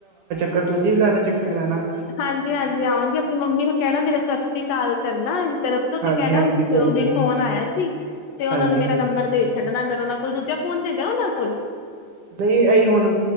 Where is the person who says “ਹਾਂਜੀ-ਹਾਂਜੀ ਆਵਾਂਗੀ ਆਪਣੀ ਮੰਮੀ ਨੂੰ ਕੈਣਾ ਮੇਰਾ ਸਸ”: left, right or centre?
Left